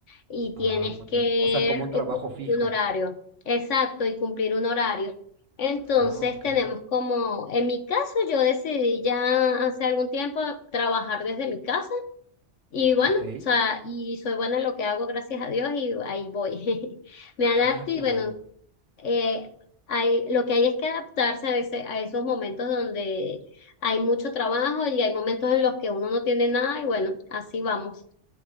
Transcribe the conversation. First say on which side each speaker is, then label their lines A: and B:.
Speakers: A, on the left; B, on the right.
A: y
B: Ah,
A: tienes
B: muy
A: que
B: bien. O sea, como
A: eh,
B: un trabajo
A: cumplir
B: fijo.
A: un horario. Exacto, y cumplir un horario. Entonces
B: Ah, ok.
A: tenemos como, en mi caso yo decidí ya hace algún tiempo trabajar desde mi casa y bueno,
B: Ok.
A: o sea, y soy buena en lo que hago, gracias a Dios, y ahí voy. <laughs> Me adapto
B: Ah,
A: y
B: qué bueno.
A: bueno, eh, hay, lo que hay es que adaptarse a ese, a esos momentos donde hay mucho trabajo y hay momentos en los que uno no tiene nada y bueno, así vamos.